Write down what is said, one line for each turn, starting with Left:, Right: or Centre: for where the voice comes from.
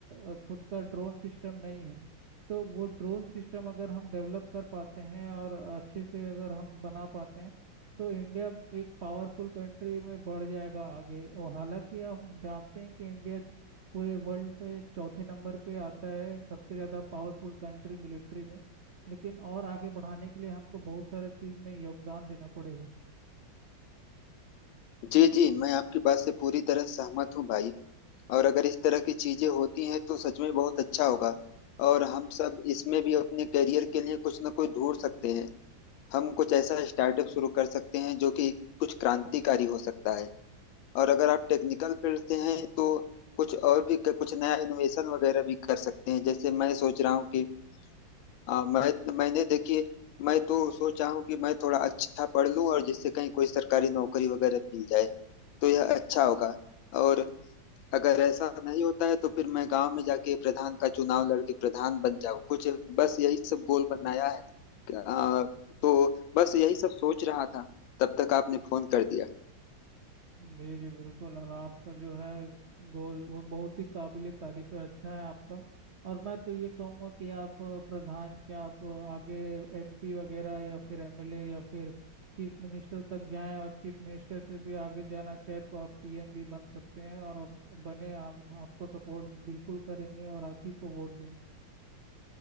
Right: अ, खुद का ड्रोन सिस्टम नहीं है तो वो ड्रोन सिस्टम अगर हम डेवलप कर पाते हैं और अच्छे से अगर हम बना पाते हैं तो इंडिया एक पावरफुल कंट्री में बढ़ जाएगा आगे और हालांकि हम जानते हैं कि इंडिया पूरे वर्ल्ड पे चौथे नंबर पे आता है सबसे ज़्यादा पावरफुल कंट्री मिलिट्री में लेकिन और आगे बढ़ाने के लिए हमको बहुत सारे चीज़ में योगदान देना पड़ेगा
Left: जी जी मैं आपकी बात से पूरी तरह सहमत हूँ भाई और अगर इस तरह की चीजें होती हैं तो सच में बहुत अच्छा होगा और हम सब इसमें भी अपने करियर के लिए कुछ ना कुछ ढूंढ सकते हैं हम कुछ ऐसा स्टार्टअप शुरू कर सकते हैं जो कि कुछ क्रांतिकारी हो सकता है और अगर आप टेक्निकल फील्ड से हैं तो कुछ और भी कुछ नया इनोवेशन वगैरह भी कर सकते हैं जैसे मैं सोच रहा हूँ कि हाँ मैं मैंने देखिए मैं तो सोचा हूँ कि मैं थोड़ा अच्छा पढ़ लूँ और जिससे कहीं कोई सरकारी नौकरी वगैरह मिल जाए तो यह अच्छा होगा और अगर ऐसा नहीं होता है तो फिर मैं गांव में जाके प्रधान का चुनाव लड़के प्रधान बन जाऊँ कुछ बस यही सब गोल बनाया है आ, तो बस यही सब सोच रहा था तब तक आपने फोन कर दिया
Right: जी जी बिल्कुल और आपका जो है गोल वो बहुत ही काबिले तारीफ है अच्छा है आपका और मैं तो ये कहूँगा कि आप अ, प्रधान क्या आप अ, आगे एमपी वगैरह या फिर एमएलए या फिर चीफ मिनिस्टर तक जाएं और चीफ मिनिस्टर से भी आगे जाना चाहे तो आप पीएम भी बन सकते हैं और अब बने हम आपको सपोर्ट बिल्कुल करेंगे और आप ही को वोट देंगे